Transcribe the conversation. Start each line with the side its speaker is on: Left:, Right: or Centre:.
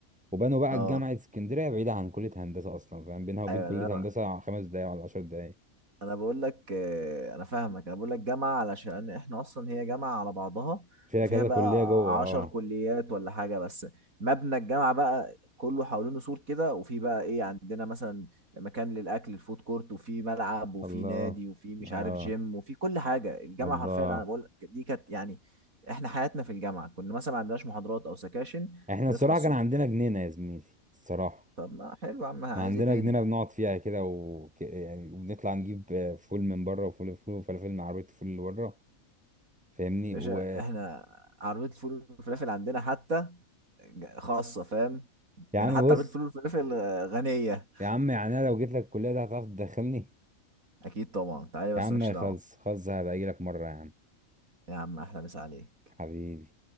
Centre: وبنوا بقى
Right: اه
Centre: جامعه اسكندريه بعيده عن كليه هندسه اصلا فاهم بينها وبين
Right: ايوه
Centre: كليه
Right: انا
Centre: هندسه خمس دقايق ولا عشر دقايق
Right: انا بقول لك آه، انا فاهمك انا بقول لك جامعه علشان احنا اصلا هي جامعه على بعضها
Centre: فيها
Right: وفيها
Centre: كذا
Right: بقى
Centre: كليه جوه اه
Right: عشر كليات ولا حاجه بس مبنى الجامعه بقى كله حوالينه سور كده وفي بقى ايه عندنا مثلا مكان للاكل الفود كورت وفي ملعب وفي
Centre: الله
Right: نادي وفي مش
Centre: اه
Right: عارف جيم وفي كل حاجه الجامعه
Centre: الله
Right: حرفيا انا بقول لك دي كانت يعني احنا حياتنا في الجامعه كنا مثلا ما عندناش محاضرات او سكاشن
Centre: احنا
Right: نصحى
Centre: الصراحه
Right: الصبح
Centre: كان عندنا جنينه يا زميلي الصراحه
Right: طب ما حلو يا عم عايز
Centre: احنا عندنا
Right: ايه تاني
Centre: جنينه بنقعد فيها كده و... يعني وبنطلع نجيب فول من بره وفول فول وفلافل من عربيه الفول اللي بره فاهمني
Right: يا باشا
Centre: ويا
Right: احنا عربيه الفول والفلافل عندنا حتى خاصه فاهم يعني
Centre: عم
Right: حتى
Centre: بص
Right: عربيه الفول والفلافل آه، غنيه
Centre: يا عم يعني انا لو جيت لك الكليه دي هتعرف تدخلني
Right: اكيد طبعا تعالي بس
Centre: يا عم
Right: مالكش دعوه
Centre: خلص خلص هبقى اجي لك مره يا عم
Right: يا عم احلى مسا عليك
Centre: حبيبي